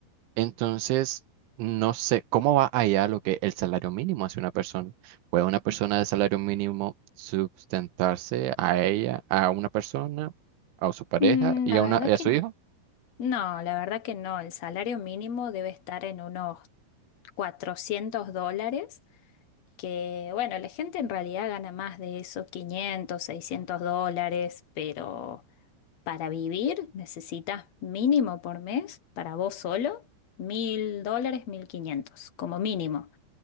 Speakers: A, on the right; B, on the left.
A: Entonces, no sé cómo va allá lo que el salario mínimo hace una persona. ¿Puede una persona de salario mínimo sustentarse a ella, a una persona, a su pareja
B: Mm,
A: y
B: la
A: a,
B: verdad
A: una, y a
B: que
A: su hijo?
B: No, la verdad que no. El salario mínimo debe estar en unos 400 dólares, que bueno, la gente en realidad gana más de eso, 500, 600 dólares, pero para vivir necesitas mínimo por mes, para vos solo, 1000 dólares, 1500, como mínimo.